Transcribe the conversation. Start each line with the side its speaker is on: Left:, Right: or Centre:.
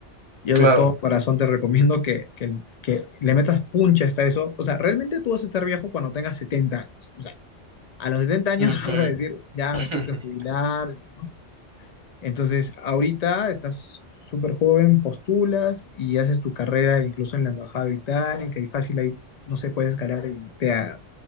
Left: Yo
Right: Claro.
Left: de todo corazón te recomiendo que, que, que le metas puncha hasta eso. O sea, realmente tú vas a estar viejo cuando tengas 70 años. O sea, a los setenta años
Right: Ujú.
Left: <laughs> vas a decir, ya
Right: <laughs>
Left: me tengo que jubilar, ¿no? Entonces, ahorita estás súper joven, postulas y haces tu carrera incluso en la Embajada Británica y fácil ahí, no sé, puedes escalar y irte a